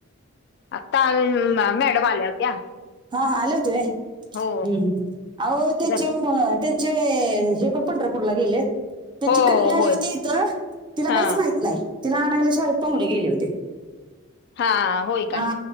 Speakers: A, on the left; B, on the right.
A: आता मॅडम आल्या होत्या
B: हा हा आले होतो होय!
A: हो
B: हम्म हम्म आहो त्याची
A: जर
B: त्यांचे हे पण पंढरपूरला गेलेत. त्याची
A: हो
B: कन्या आली
A: होय
B: होती. इंथ तिला
A: हा
B: काहीच माहित नाही. तिला आणायला शाळेत पाहुणे गेले होते.
A: हा होय काय?
B: हा